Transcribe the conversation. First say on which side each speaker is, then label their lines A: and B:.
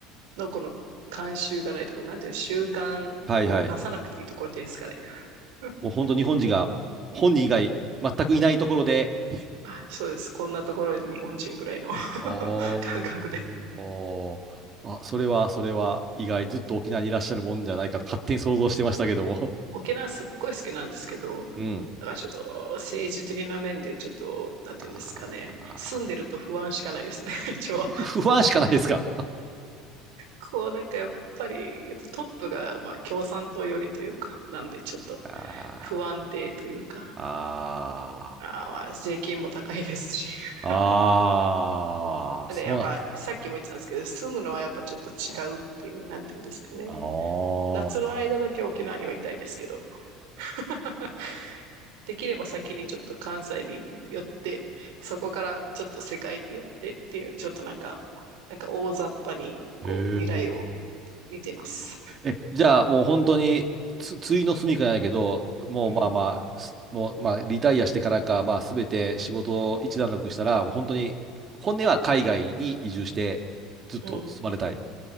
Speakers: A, on the right (about 80°); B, on the right (about 30°).
A: のこの慣習がないところ、なんていうの、習慣を出さなくていいところっていうんですかね。
B: はいはい。
A: <laughs>
B: もう本当日本人が本人以外全くいないところで、
A: あ、そうです。こんなところに日本人ぐらいの
B: おー。
A: <laughs> 感覚で。
B: あ、それは、それは意外、ずっと沖縄にいらっしゃるもんじゃないかと勝手に想像してましたけども。
A: 沖縄すっごい好きなんですけど、
B: うん。
A: だからちょっと政治的な面でちょっと、なんていうんですかね。
B: あ
A: 住んでると不安しかないですね、<laughs> 一応。
B: ーふ不安しかないですか。
A: 構なんかやっぱり、やっぱトップがまあ共産党寄りというか、なんでちょっと
B: あ
A: 不安定というか、
B: ーあ
A: あまあ税金も高いですし。<laughs>
B: ー。ああ、
A: で、
B: そうなんですね。
A: やっぱさっきも言ってたんですけど、住むのはやっぱちょっと違うっていう、なんていうんですかね。
B: ああ。
A: 夏の間だけ沖縄にはいたいですけど、<laughs> できれば先にちょっと関西に寄って、そこからちょっと世界に寄ってっていう、ちょっとなんか、なんか大雑把にこう未来を
B: <laughs> へえ。
A: 見てます。
B: え、じゃあもう本当につ、ついの住みかじゃないけど、もうまあまあ、
A: うん。
B: すもうまあリタイアしてからか、まあ全て仕事を一段落したら、もう本当に、本音は海外に移住して、ずっと住まれたい。
A: うん。